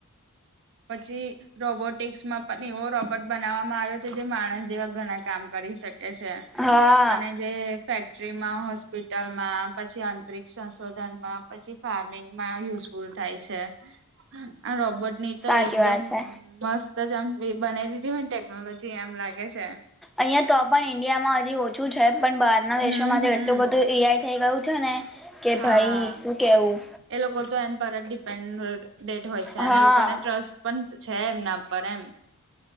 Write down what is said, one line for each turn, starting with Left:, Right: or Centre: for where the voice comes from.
Right: પછી રોબોટિકસમાં પણ એવો રોબોટ બનાવવામાં આવ્યો. કે જે માણસ જેવા ઘણા કામ કરી શકે છે.
Centre: હા
Right: અને જે ફેક્ટરીમાં, હોસ્પિટલમાં, પછી અંતરિક્ષ સંશોધનમાં, પછી ફાર્મિંગમાં યુઝ- ફુલ થાય છે. આ રોબર્ટની તો
Centre: સાચી
Right: એકદમ
Centre: વાત છે
Right: મસ્ત જ આમ <unintelligible> બનાવી દીધી હોય ને ટેકનોલોજી એમ લાગે છે.
Centre: અહીંયા તો પણ ઇન્ડિયામાં હજી ઓછું છે પણ બહારના
Right: હમ
Centre: દેશોમાં
Right: હમ
Centre: તો એટલું બધું એઆઈ થઈ ગયું છે ને! કે
Right: હા
Centre: ભાઈ શું કેવું
Right: એ લોકો તો એન પર ડીપેન્ડ- ડેન્ટ હોય છે.
Centre: હા
Right: અને લોકોને ટ્રસ્ટ પણ છે એમના પર એમ.